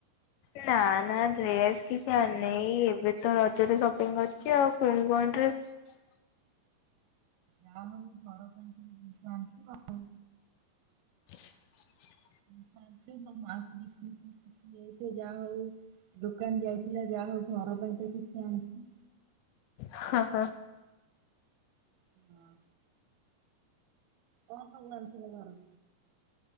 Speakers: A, on the left; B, on the right.
A: ନା ନା ଡ୍ରେସ କିଛି ଆଣିିନହି ଏବେ ତ ରଜରେ ସପିଂ କରିଛି ଆଉ ପୁଣି କଣ ଡ୍ରେସ ହ
B: ଯାହା ହଉ ଘର ପାଇଁ କି ଜିନିଷ ଆଣିଚୁ ଆଉ।
A: <inaudible>
B: ଜିନିଷ ଆଣିଛ ମୋ ମାଉସି ଦେଖିକି ଖୁସି ହଇଯାଇଥିବ ଯାହା ହଉ ଦୋକାନ ଯାଇଥିଲା ଯା ଉ ଘର ପାଇଁ ତ କିଛି ଆଣିଛି।
A: ହଁ ହଁ,
B: ହଁ, କଣ ସବୁ ଆଣିଥିଲୁ ଘରୁ?